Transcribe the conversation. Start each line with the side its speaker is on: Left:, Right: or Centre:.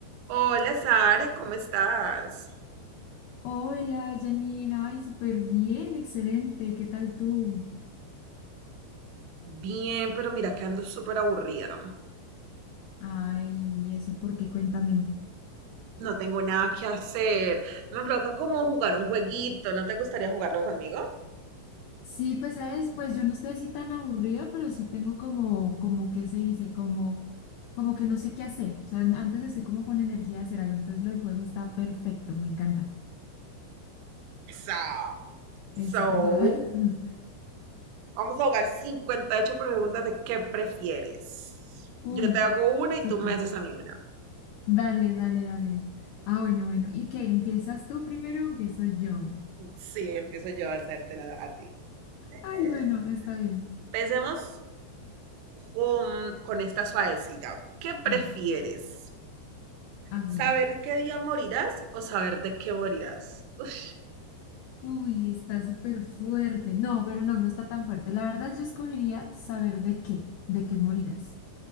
Right: Hola, Sare, ¿cómo estás?
Left: Hola, Janina. Ay, súper bien, excelente. ¿Qué tal tú?
Right: Bien, pero mira que ando súper aburrida.
Left: Ay, eso, ¿por qué? Cuéntame.
Right: No tengo nada que hacer. Me provoca como jugar un jueguito. ¿No te gustaría jugarlo conmigo?
Left: Sí, pues sabes, pues yo no estoy así tan aburrida, pero sí tengo como, como que se dice, como, como que no sé qué hacer. O sea, an- antes estoy como con energía de hacer algo, entonces lo del juego está perfecto, me encanta.
Right: Eso.
Left: Eso,
Right: So,
Left: con toda. <laughs>
Right: vamos a jugar 58 preguntas de qué prefieres.
Left: Uy,
Right: Yo te hago una
Left: súper.
Right: y tú me haces a mí una.
Left: Dale, dale, dale. Ah, bueno, bueno. ¿Y qué? ¿Empiezas tú primero o empiezo yo?
Right: Sí, empiezo yo a hacértela a ti. <laughs>
Left: Ay, bueno, está bien.
Right: Empecemos con, con esta suavecita. ¿Qué prefieres?
Left: Ah, a ver.
Right: ¿Saber qué día morirás o saber de qué morirás? Uf,
Left: Uy, está súper fuerte. No, pero no, no está tan fuerte. La verdad, yo escogería saber de qué, de qué morirás.